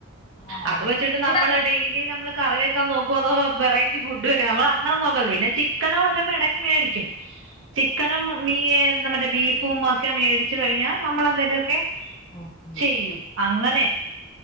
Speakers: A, on the left; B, on the right.
A: ആണല്ലേ
B: അത് വെച്ചിട്ട്
A: ഇവിടെ
B: നമ്മള് ഡെയിലി നമ്മള് കറി <unintelligible> നോക്കുവോ അതോ വെറൈറ്റി ഫുഡ് വര. നമ്മൾ അങ്ങനെ നോക്കോ അതോ വെറൈറ്റി ഫുഡ് <unintelligible> പിന്നെ ചിക്കനോ വല്ലോം വേണങ്കി മേടിക്കും. ചിക്കനും മീ നമ്മടെ ബീ ഫോം മാർക്കാ ഏതിച് കയിഞ്ഞ നമ്മളെന്ദേലൊക്കെ
A: ഓക്കെ
B: ചെയ്യും അങ്ങനെ